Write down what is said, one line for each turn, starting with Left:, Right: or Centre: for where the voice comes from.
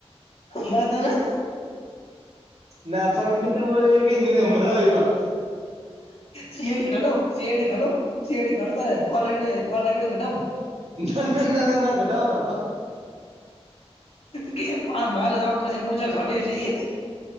Left: માતાના
Right: ના પરમ મિત્ર મળ્યો એકે નઈ મે કે મરાઈ પા.
Left: સી આઈ ડી કાઢું, સી આઈ ડી કાઢું, સી આઈ ડી કાઢું તારે કો કોલ રેકોર્ડિંગ કઢાવું.
Right: ના ના ના ના કઢાવ તો.
Left: કેજે મારે સાવું કરશે મુ ચોક ચોંટ્યો જઈએ.